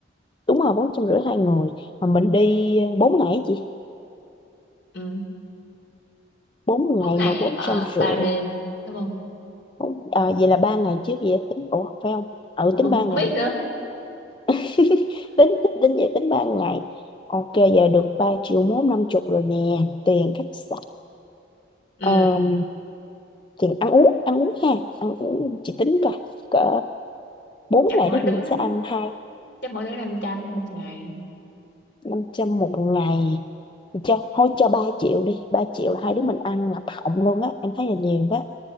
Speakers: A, on the left; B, on the left.
A: đúng rồi bốn trăm rưỡi hai người mà mình đi ờ, bốn ngày á chị
B: ừ
A: bốn
B: bốn
A: ngày
B: ngày
A: mà bốn
B: ở
A: trăm rưỡi
B: ba đêm đúng không
A: bốn- à, vậy là ba ngày trước vậy tính ủa phải không ừ
B: mà
A: tính
B: không
A: ba ngày
B: biết nữa
A: <laughs> tính tính tính vậy tính ba ngày ok giờ được ba triệu mốt năm chục rồi nè tiền khách sạn
B: ừ
A: ờm, tiền ăn uống ăn uống ha ăn uống chị tính coi cỡ bốn
B: chắc
A: ngày
B: mỗi
A: đó
B: đứa
A: thì mình sẽ ăn hai
B: chắc mỗi đứa năm trăm một ngày
A: năm trăm một ngày cho thôi cho 3 triệu đi ba triệu là hai đứa mình ăn ngập họng luôn á em thấy là nhiều đó